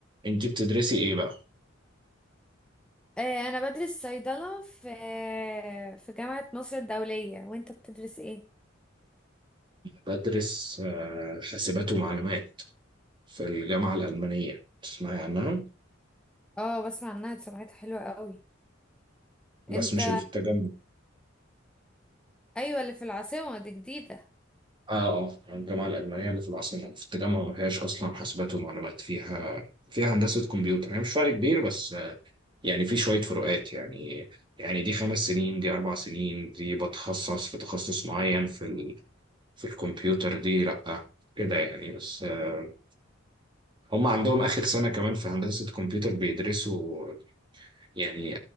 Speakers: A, on the right; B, in the centre.
A: انت بتدرسي ايه بقى
B: آه، انا بدرس صيدلة في في جامعة مصر الدولية وانت بتدرس ايه
A: بدرس آه، حاسبات ومعلومات في الجامعة الألمانية تسمعي عنها
B: اه بسمع عنها دي سمعتها حلوة قوي
A: بس
B: انت
A: مش اللي في التجمع
B: ايوه اللي في العاصمة دي جديدة
A: اه اه آه، الجامعة الألمانية اللي في العاصمة في التجمع ما فيهاش أصلا حاسبات ومعلومات فيها فيها هندسة كمبيوتر هي مش فرق كبير بس آه، يعني في شوية فروقات يعني يعني دي خمس سنين دي أربع سنين دي بتخصص في تخصص معين في ال... في الكمبيوتر دي لأ كده يعني بس آه، هم عندهم آخر سنة كمان في هندسة كمبيوتر بيدرسوا يعني